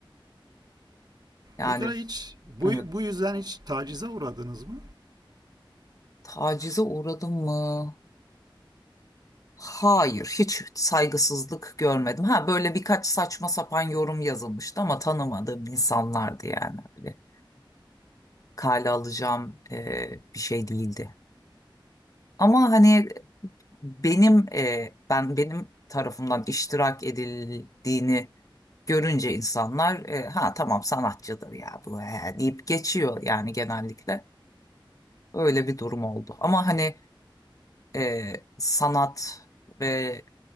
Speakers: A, on the left; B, on the right.
A: Yani
B: Pekala hiç bu,
A: evet,
B: bu yüzden hiç tacize uğradınız mı?
A: tacize uğradım mı? Hayır, hiç saygısızlık görmedim. Ha böyle birkaç saçma sapan yorum yazılmıştı ama tanımadığım insanlardı yani. Böyle kale alacağım e, bir şey değildi. Ama hani benim e, ben benim tarafımdan iştirak edildiğini görünce insanlar e, ha tamam sanatçıdır ya bu he, deyip geçiyor yani genellikle. Öyle bir durum oldu. Ama hani e, sanat ve